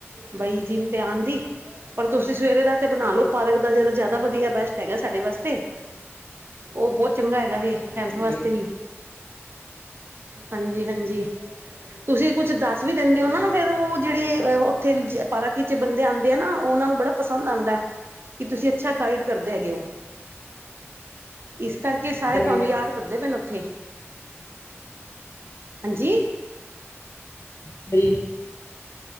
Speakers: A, on the right; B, on the left.
A: ਬਈ, ਜਿਮ ਤੇ ਆਣ ਦੀ ਪਰ ਤੁਸੀਂ, ਸਵੇਰੇ ਦਾ ਤੇ ਬਣਾ ਲਓ ਪਾਰਕ ਦਾ, ਜ ਜ਼ਿਆਦਾ ਵਧੀਆ ਬੈਸਟ ਹੈਗਾ, ਸਾਡੇ ਵਾਸਤੇ ਉਹ, ਬਹੁਤ ਚੰਗਾ ਹੈਗਾ
B: ਹਾਂਜੀ-ਹਾਂਜੀ
A: ਵੇ, ਹੈਲਥ ਵਾਸਤੇ ਵੀ ਹਾਂਜੀ ਹਾਂਜੀ ਤੁਸੀਂ ਕੁਛ, ਦੱਸ ਵੀ ਦਿੰਦੇ ਹੋ ਨਾ, ਫੇਿਰ ਉਹ ਜਿਹੜੇ ਉੱਥੇ ਪਾਰਕ ਬੰਦੇ ਆਉਂਦੇ ਆ ਨਾ, ਉਹਨਾਂ ਨੂੰ ਬੜਾ ਪਸੰਦ ਆਦਾ, ਕਿ ਤੁਸੀਂ ਅੱਛਾ ਗਾਈਡ, ਕਰਦੇ ਹੈਗੇ ਹੋ
B: <unintelligible>
A: ਇਸ ਕਰਕੇ ਸਾਰੇ
B: ਟ੍ਰੇਨਰ
A: ਤੁਹਾਨੂੰ, ਯਾਦ ਕਰਦੇ ਪਏ ਨੇ ਉੱਥੇ? ਹਾਂਜੀ
B: ਹ <inaudible>